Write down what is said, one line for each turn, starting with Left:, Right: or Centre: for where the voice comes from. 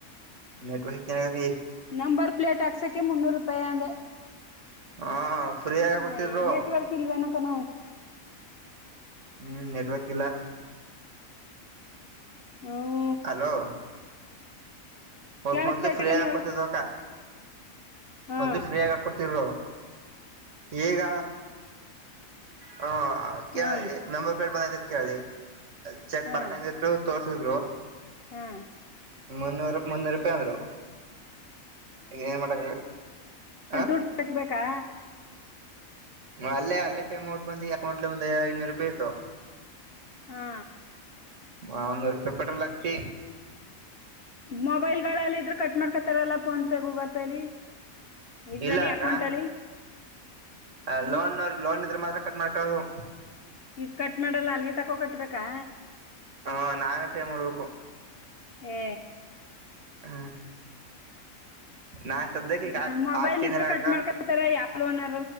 Right: ನೆಟ್ವರ್ ಹಿ ಕೆ
Left: ನಂಬರ್ ಪ್ಲೇಟ್ ಹಾಕ್ಸಕ್ಕೆ ಮುನ್ನೂರು ರೂಪಾಯಿ ಅಂದೆ
Right: ಹ ಫ್ರೀ ಆಗ
Left: ಹ
Right: ಕೊಡ್ತಿದ್ರು
Left: ನಟವಾರ್ಕ್ ತಿಲ್ವೆನ ಕನ
Right: ಹ್ಮ್ ನೆಟ್ವರ್ಕ್ ಇಲ್ಲ
Left: ಹ್ಮ
Right: ಹಲೋ ಮ
Left: ಕೇಳಿಸತಾ
Right: ಮೊದ್ಲು
Left: ಐತೆ
Right: ಫ್ರೀಯಗ
Left: ಕಣ
Right: ಹಾಕೊಡ್ತಿದ್ಕ್ಕ
Left: ಹೇಳು ಹಾ
Right: ಮೊದ್ಲು ಫ್ರೀಯಗ ಹಾಕೊಡ್ತಿದರು ಈಗ ಹ್ಮ ಕೇಳ್ದಿ
Left: ಹ್ಮ್
Right: ನಂಬರ್ ಪ್ಲೇಟ್ ಬಂದೈತ ಅಂತ ಕೇಳ್ದಿ ಚೆಕ್
Left: ಹಾ
Right: ಬರ್ಕಿ ತೋರಿಸರಿಸರು
Left: ಹಾ
Right: ಮುನ್ನೂರು ಮನ್ನೂರು ರೂಪಾಯಿ ಅಂದರು ಇದು ಏನ್ ಮಾಡಕ ಹ
Left: ದುಡ್ ಕಟ್ಬೇಕಾ
Right: ಅಲ್ಲೇ ಅಲ್ಲೇ ಪೇ ಮಾಡ ಬಂದಿ ಅಕೌಂಟ್ಲ ಒಂದ ಐನೂರು ರೂಪಾಯಿ ಇತತ್ತು
Left: ಹಾ
Right: ಹ ಒನ್ನೂರು ಪಪಟ್ಟ ಲಾಕ್ತಿ
Left: ಮೊಬೈಲ್ಲ್ಲ ಇದ್ರೂ ಕಟ್ ಮಾಡ್ಕೊಳ್ತಾರಲ್ಲ ಫೋನ್ಪೇ ಗೂಗಲ್ ಪೇಲಿ ಇದ್ರಲ್ಲಿ
Right: ಇಲ್ಲ
Left: ಅಕೌಂಟ್
Right: ಅ
Left: ಅಲ್ಲಿ
Right: ಅ
Left: ಹ್ಮ್
Right: ಲೋನ್ ಲೋನ್ ಇದ್ರ ಮಾ ಕಟ್ ಮಾಡಕಾದು
Left: ಇದ್ ಕಟ್ ಮಾಡಲ್ಲ ಅಲ್ಲಿಗೆ ತಕೋ ಕಟ್ಬೇಕಾ
Right: ಹಾ ನಾವೇ ಪೇ ಮೂಡ್ಬೇಕು
Left: ಹ್ಮ್
Right: ಹ ನಾ ಸದ್ಯಕ್ಕೆ ಈಗ ಹಾಕ್
Left: ಹ್ಮ್ ಮೊಬೈಲ್
Right: ಹಾಕ್ತಿದನಕ್ಕ
Left: ಇದ್ರರು ಕಟ್ ಮಾಡ್ಕೊತಾರ ಯಾವ ಓನರ್